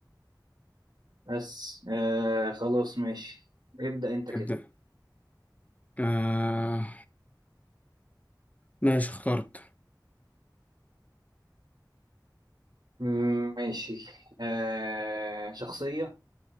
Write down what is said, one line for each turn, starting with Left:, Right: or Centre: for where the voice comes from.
Right: بس آه، خلاص ماشي ابدا انت
Left: تبدأ
Right: كده
Left: آه ماشي اخترت
Right: مم، ماشي آه، شخصيه